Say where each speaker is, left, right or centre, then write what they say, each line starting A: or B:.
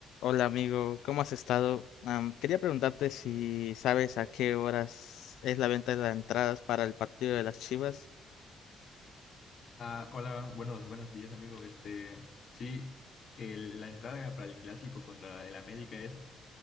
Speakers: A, on the left; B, on the left.
A: Hola amigo, ¿cómo has estado? Am, quería preguntarte si sabes a qué horas es la venta de las entradas para el partido de las Chivas.
B: Ah, hola, buenos, buenos días, amigo. Este, sí, el- la entrada para el clásico contra el América es